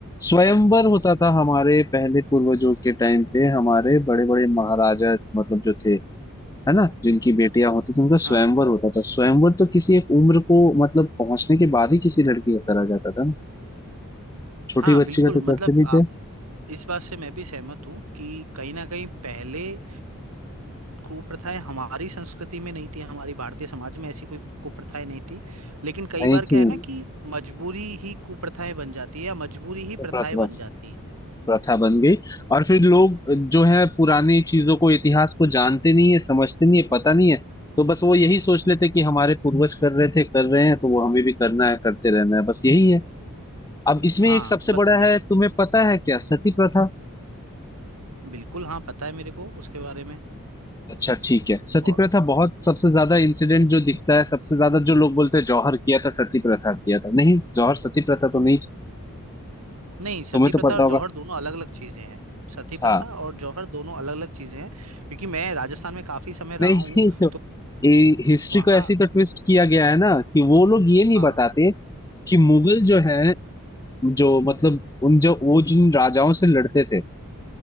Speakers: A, on the left; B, on the right.
A: स्वयंवर होता था हमारे पहले पूर्वजों के टाइम पे हमारे बड़े बड़े महाराजा मतलब जो थे है ना जिनकी बेटियां होती थी उनका
B: हाँ
A: स्वयंवर होता था स्वयंवर तो किसी एक उम्र को मतलब पहुंचने के बाद ही किसी लड़की का करा जाता था ना छोटी
B: हाँ
A: बच्ची
B: बिल्कुल
A: का तो
B: मतलब
A: करते नहीं
B: आप
A: थे
B: इस बात से मैं भी सहमत हूँ कि कहीं ना कहीं पहले अ, कुप्रथाएं हमारी संस्कृति में नहीं थी हमारी भारतीय समाज में ऐसी कोई कुप्रथाएं नहीं थी लेकिन कई
A: नहीं
B: बार
A: थी
B: क्या है ना कि मजबूरी ही कुप्रथाएं बन जाती है या मजबूरी ही
A: तो
B: प्रथाएं
A: प्रथा
B: बन जाती हैं
A: प्रथा बन गई और फिर लोग जो है पुरानी चीजों को इतिहास को जानते नहीं है समझते नहीं है पता नहीं है तो बस वो यही सोच लेते कि हमारे पूर्वज कर रहे थे कर रहे हैं तो वो हमें भी करना है करते रहना है बस यही है अब इसमें
B: हाँ
A: एक सबसे
B: बस
A: बड़ा
B: यही
A: है
B: है
A: तुम्हें पता है क्या सती प्रथा
B: बिल्कुल हाँ पता है मेरे को उसके बारे में
A: अच्छा ठीक है सती
B: और
A: प्रथा बहुत सबसे ज्यादा इंसिडेंट जो दिखता है सबसे ज्यादा जो लोग बोलते हैं जौहर किया था सती प्रथा किया था नहीं जौहर सती प्रथा
B: हम्म
A: तो नहीं
B: नहीं सती
A: तुम्हें तो
B: प्रथा
A: पता
B: और
A: होगा
B: जौहर दोनों अलग अलग चीजें हैं सती प्रथा
A: हाँ
B: और जौहर दोनों अलग अलग चीजें हैं क्योंकि मैं राजस्थान में काफी समय रहा
A: नहीं
B: हूँ
A: तो
B: तो
A: हिस्ट्री
B: वहाँ
A: को ऐसे ही तो ट्विस्ट किया गया है ना कि वो लोग ये नहीं
B: हाँ
A: बताते कि मुगल जो है जो मतलब उन जो वो जिन राजाओं से लड़ते थे